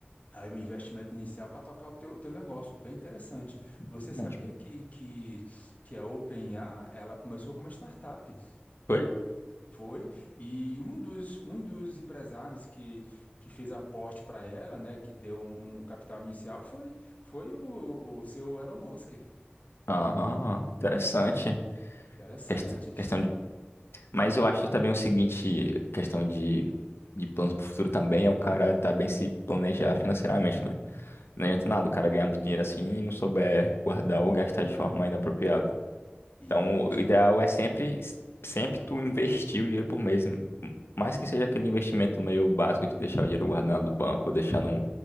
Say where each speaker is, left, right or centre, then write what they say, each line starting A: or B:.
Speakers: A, on the left; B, on the left.
A: Aí o investimento inicial para tocar o teu, teu negócio, bem interessante.
B: exatamente.
A: Você sabia que, que, que a OpenAI, ela começou como uma startup,
B: Foi?
A: foi? E um dos, um dos empresários que, que fez aporte para ela, né, que deu um, um um capital inicial, foi, foi o, o seu Elon Musk.
B: Ah, interessante.
A: É, interessante.
B: Quest- Questão de... Mas eu acho também o seguinte, questão de, de planos pro futuro também é o cara também se planejar financeiramente, né? Não adianta nada o cara ganhar muito dinheiro assim e não souber guardar ou gastar de forma inapropriada.
A: Isso,
B: Então, o ideal é sempre, sempre tu investir o dinheiro por mês. Mais que seja aquele investimento meio básico de deixar o dinheiro guardado no banco ou deixar num,